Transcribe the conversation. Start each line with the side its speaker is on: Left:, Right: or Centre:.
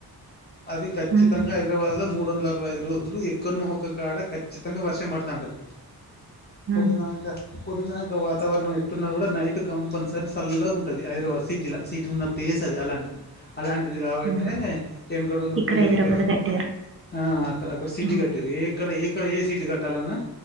Left: అది ఖచ్చితంగా
Right: ఉమ్,
Left: హైదరాబాద్ లో మూడు వందల య ఇరవై ఐదు రోజులు ఎక్కనో ఒక కాడ ఖచ్చితంగా వర్షం పడుతాంటది పొద్దునాంక
Right: ఉమ్,
Left: పొద్దునాంక వాతావరణం ఎట్టున్నా కూడా నైట్ కంపల్సరీ సల్లగుంటది హైదరాబాద్ సిటీల సిటీలున్న ప్లేస్ అది అలాంటిది అలాంటిది కాబట్టే
Right: ఉమ్.
Left: తెనుకడోళ్లు
Right: ఇక్కడ
Left: తెలీదు
Right: హైదరాబాద్
Left: తె
Right: కట్టారు
Left: అ అక్కడ సిటీ
Right: ఉమ్,
Left: కట్టిర్రు ఏ ఇక్కడ ఎక్కడ ఏ సీటు కట్టాలన్నా